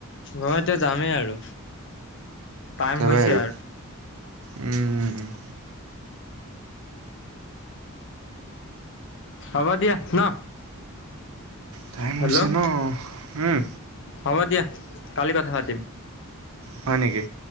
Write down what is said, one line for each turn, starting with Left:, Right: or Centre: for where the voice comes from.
Left: মই এতিয়া যামেই আৰু। টাইম
Right: যাবাই
Left: হৈছে
Right: আৰু, উম।
Left: হ'ব দিয়া ন?
Right: টাইম
Left: হেল্ল'
Right: হৈছে ন, উম।
Left: হ'ব দিয়া কালি কথা পাতিম।
Right: হয় নেকি?